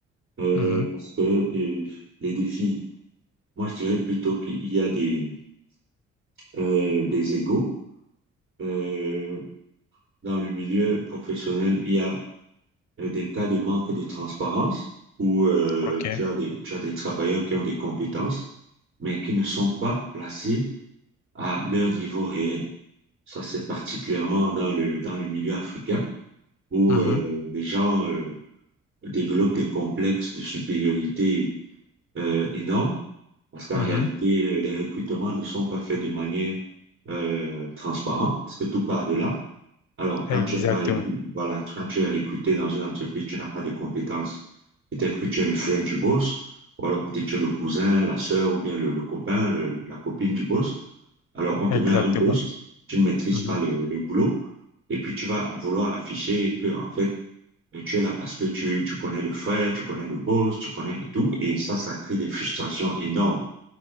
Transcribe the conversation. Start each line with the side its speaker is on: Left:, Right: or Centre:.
Right: euh,
Left: Mhm.
Right: parce que euh, les défis, moi je dirais plutôt qu'il y a des, euh, des égaux. Euh, dans le milieu professionnel, il y a euh, des cas de manque de transparence où euh,
Left: Ok.
Right: tu as des, tu as des travailleurs qui ont des compétences, mais qui ne sont pas placés à leur niveau réel. Ça, c'est particulièrement dans le, dans le milieu africain où
Left: Mhm,
Right: euh, les gens euh, développent des complexes de supériorité euh, énormes parce qu'en
Left: mhm.
Right: réalité, euh, les recrutements ne sont pas faits de manière euh, transparente parce que tout part de là. Alors, quand
Left: Exactement,
Right: tu es pas, recru- voilà, quand tu es recruté dans une entreprise, tu n'as pas de compétences. Peut-être que tu es le frère du boss, ou alors peut-être que tu es le cousin, la sœur, ou bien le, le copain, le- la copine du boss. Alors, on te
Left: exactement,
Right: met à un poste, tu ne maîtrises
Left: mhm.
Right: pas le, le boulot, et puis tu vas vouloir afficher que, en fait, et tu es là parce que tu, tu connais le frère, tu connais le boss, tu connais et tout. Et ça, ça crée des frustrations énormes.